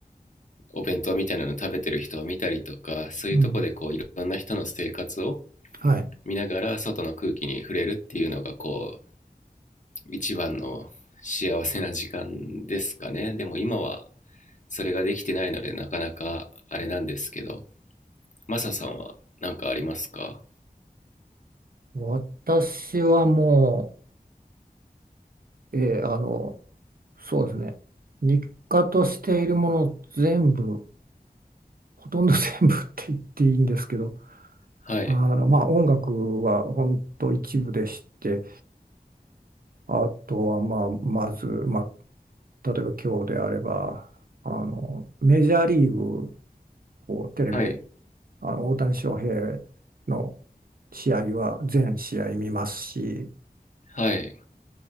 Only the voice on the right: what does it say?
うん。はい。
私はもう、えーあの、そうですね、日課としているもの全部、ほとんど全部 <laughs> って言っていいんですけど、
あの、まあ、音楽は本当一部でして、あとは、まあ、まず、まあ、例えば今日であれば、あの、メジャーリーグをテレビで、
あの、大谷翔平の試合は全試合見ますし、